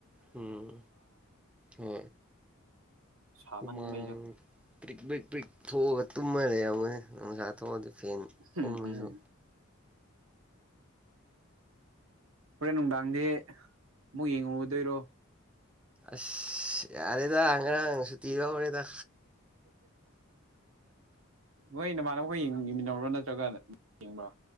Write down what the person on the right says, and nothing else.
ꯁꯥꯃꯟꯕꯩꯗꯣ
ꯎꯝ
ꯎꯝ ꯍꯣꯔꯦꯟ ꯅꯨꯡꯗꯥꯡꯗꯤ ꯑꯃꯨꯛ ꯌꯦꯡꯉꯗꯣꯏꯔꯣ
ꯃꯣꯏ ꯅꯃꯥꯟꯅꯕ ꯑꯩꯈꯣꯏ ꯌꯦꯡꯃꯤꯟꯅ꯭ꯔꯥ ꯅꯠꯇ꯭ꯔꯒ ꯀ